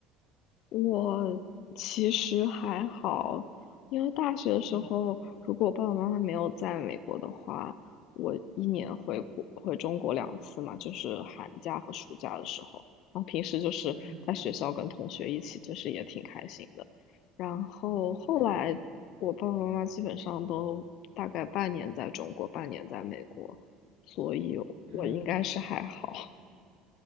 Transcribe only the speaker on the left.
我其实还好，因为大学的时候，
如果我爸爸妈妈没有在美国的话，我一年回国回中国两次嘛，就是寒假和暑假的时候，然后平时就是在学校跟同学一起，
就是也挺开心的。然后后来我爸爸妈妈基本上都大概半年在中国，
半年在美国，所以我应该是还好。